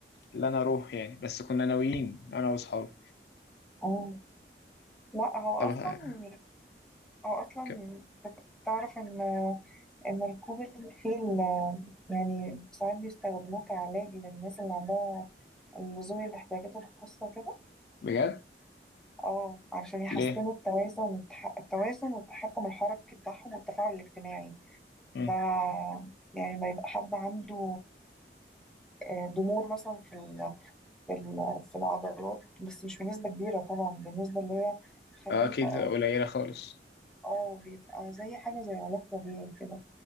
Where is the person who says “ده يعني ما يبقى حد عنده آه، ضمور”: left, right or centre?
Centre